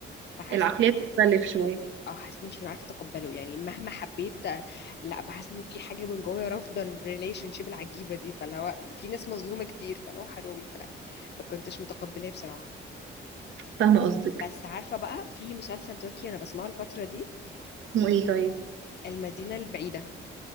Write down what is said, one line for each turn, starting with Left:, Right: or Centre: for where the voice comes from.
Left: فحسيت
Right: العقلية بتختلف شوية
Left: اه حسيت مش عارفه اتقبله يعني مهما حبيت لا بحس انه في حاجه من جوايا رافضه الريليشن شيب العجيبه دي فاللي هو في ناس مظلومه كتير فاللي هو حرام لا ما كنتش متقبلاه بصراحه
Right: فاهمة قصدك
Left: بس عارفه بقى في مسلسل تركي انا بسمعه الفتره دي
Right: اسمه ايه طيب
Left: المدينه البعيده